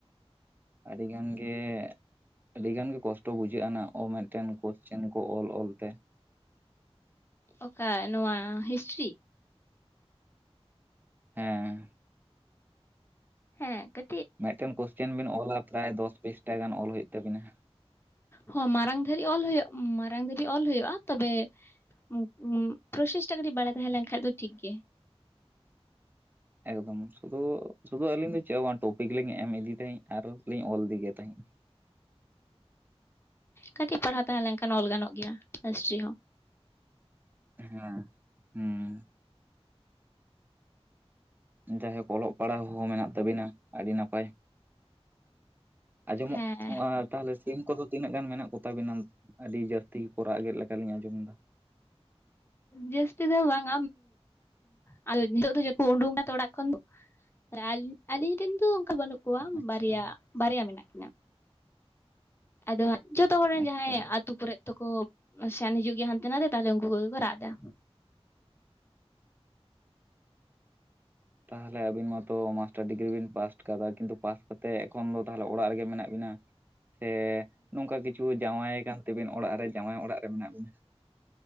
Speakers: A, on the right (about 20°); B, on the left (about 20°).
A: ᱟᱹᱰᱤ ᱜᱟᱱ ᱜᱮ ᱟᱹᱰᱤ ᱜᱟᱱ ᱜᱮ ᱠᱚᱥᱴᱚ ᱵᱩᱡᱷᱟᱹᱜ-ᱟ ᱱᱟᱜ ᱚ ᱢᱤᱫᱴᱮᱱ ᱠᱳᱥᱪᱮᱱ ᱠᱚ ᱚᱞ ᱚᱞ ᱛᱮ
B: ᱚᱠᱟ ᱱᱚᱣᱟ ᱦᱤᱥᱴᱨᱤ
A: ᱦᱮᱸ
B: ᱦᱮᱸ ᱠᱟ.
A: ᱢᱤᱫᱴᱮᱱ ᱠᱚᱥᱪᱮᱱ ᱵᱤᱱ ᱚᱞᱟ ᱯᱨᱟᱭ ᱫᱚᱥ ᱯᱤᱥᱴᱟ ᱜᱟᱱ ᱚᱞ ᱦᱩᱭᱩᱜ ᱛᱟᱵᱤᱱᱟ
B: ᱦᱚᱸ ᱢᱟᱨᱟᱝ ᱫᱷᱟᱹᱨᱤᱡ ᱚᱞ ᱦᱳᱭᱳᱜ ᱢᱟᱨᱟᱝ ᱫᱷᱟᱹᱵᱤᱡ ᱚᱞ ᱦᱳᱭᱳᱜᱼᱟ ᱛᱚᱵᱮ ᱩ ᱯᱨᱚᱥᱮᱥᱴᱟᱜ ᱠᱟᱹᱴᱤᱡ ᱵᱟᱲᱟᱭ ᱛᱟᱦᱮᱸ ᱞᱮᱱ ᱠᱷᱟᱱ ᱫᱚ ᱴᱷᱤᱠ ᱜᱮ
A: ᱮᱠᱫᱚᱢ ᱥᱩᱫᱩ ᱥᱩᱫᱩ ᱟᱹᱞᱤᱧ ᱫᱚ ᱪᱮᱫ ᱦᱚᱸ ᱵᱟᱝ ᱴᱚᱯᱤᱠ ᱞᱤᱧ ᱮᱢ ᱤᱫᱤ ᱛᱟᱦᱤᱡ ᱟᱨ ᱞᱤᱧ ᱚᱞ ᱤᱫᱤ ᱜᱮ ᱛᱟᱦᱤᱡ
B: ᱠᱟᱹᱴᱤᱡ ᱯᱟᱲᱦᱟᱣ ᱛᱟᱦᱮᱸ ᱞᱮᱱᱠᱷᱟᱱ ᱚᱞ ᱜᱟᱱᱚᱜ ᱜᱮᱭᱟ ᱦᱥᱴᱨᱤ ᱦᱚᱸ
A: ᱦᱮᱸ ᱦᱩᱸ ᱡᱟᱭᱦᱳᱠ ᱚᱞᱚᱜ ᱯᱟᱲᱦᱟᱣ ᱦᱚᱸ ᱢᱮᱱᱟᱜ ᱛᱟᱵᱤᱱᱟ ᱟᱹᱰᱤ ᱱᱟᱯᱟᱭ ᱟᱸᱡᱚᱢᱚᱜ
B: ᱦᱮᱸ
A: ᱚ ᱛᱟᱦᱚᱞᱮ ᱥᱤᱢ ᱠᱚᱫᱚ ᱛᱤᱱᱟᱹᱜ ᱜᱟᱱ ᱢᱮᱱᱟᱜ ᱠᱚ ᱛᱟᱵᱤᱱᱟ ᱟᱹᱰᱤ ᱡᱟᱹᱥᱛᱤ ᱠᱚ ᱨᱟᱜ ᱜᱮᱫ ᱞᱮᱠᱟ ᱞᱤᱧ ᱟᱸᱡᱚᱢ ᱫᱟ
B: ᱡᱟᱹᱥᱛᱤ ᱫᱚ ᱵᱟᱝ ᱟ ᱦᱤᱛᱚᱜ ᱫᱚ ᱳᱰᱳᱝ ᱱᱟ ᱛᱚ ᱚᱲᱟᱜ ᱠᱷᱚᱱ ᱟᱞᱤ ᱟ. ᱞᱤᱧ ᱨᱮᱱ ᱫᱚ ᱚᱱᱠᱟ ᱵᱟᱹᱱᱩᱜ ᱠᱚᱣᱟ
A: ᱟᱪᱪᱷᱟ
B: ᱵᱟᱨᱭᱟ ᱵᱟᱨᱭᱟ ᱢᱮᱱᱟᱜ ᱠᱤᱱᱟ ᱟᱫᱚ ᱡᱚᱛᱚ ᱦᱚᱲ ᱨᱮᱱ
A: ᱟᱪᱪᱷᱟ
B: ᱡᱟᱦᱟᱸᱭ ᱟᱹᱛᱩ ᱠᱚᱨᱮ ᱛᱚᱠᱚ ᱥᱮᱱ ᱦᱤᱡᱩᱜ ᱜᱮᱭᱟ ᱦᱟᱱᱛᱮ ᱱᱟᱛᱮ ᱛᱟᱦᱞᱮ ᱩᱱᱠᱩ ᱩᱱᱠᱩ ᱜᱮᱠᱚ ᱨᱟᱜ ᱫᱟ
A: ᱛᱟᱦᱚᱞᱮ ᱟᱵᱤᱱ ᱢᱟᱛᱚ ᱢᱟᱥᱴᱟᱨ ᱰᱤᱜᱽᱨᱤ ᱵᱤᱱ ᱯᱟᱥᱴ ᱠᱟᱫᱟ ᱠᱤᱱᱛᱩ ᱯᱟᱥᱴ ᱠᱟᱛᱮ ᱮᱠᱷᱚᱱ ᱫᱚ ᱛᱟᱦᱚᱞᱮ ᱚᱲᱟᱜ ᱨᱮᱜᱮ ᱢᱮᱱᱟᱜ ᱵᱤᱱᱟ ᱥᱮ ᱱᱚᱝᱠᱟ ᱠᱤᱪᱷᱩ ᱡᱟᱶᱟᱭ ᱠᱟᱱ ᱛᱮᱵᱤᱱ ᱚᱲᱟᱜ ᱨᱮ ᱡᱟᱶᱟᱭ ᱚᱲᱟᱜ ᱨᱮ ᱢᱮᱱᱟᱜ ᱵᱤᱱᱟ